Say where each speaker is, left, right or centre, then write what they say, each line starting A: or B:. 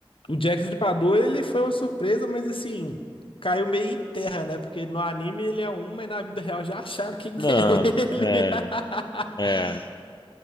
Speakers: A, on the left; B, on the left.
A: O Jack Stripador, ele foi uma surpresa, mas assim, caiu meio em terra, né? Porque no anime ele é um, mas na vida real já acharam quem que
B: Não,
A: é ele.
B: é,
A: <laughs>
B: é.